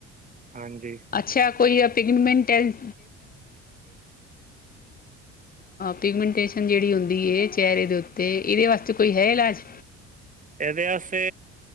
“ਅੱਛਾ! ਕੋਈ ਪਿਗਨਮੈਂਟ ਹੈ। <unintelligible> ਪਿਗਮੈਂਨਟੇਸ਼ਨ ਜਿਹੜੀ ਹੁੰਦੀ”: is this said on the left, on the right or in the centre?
Left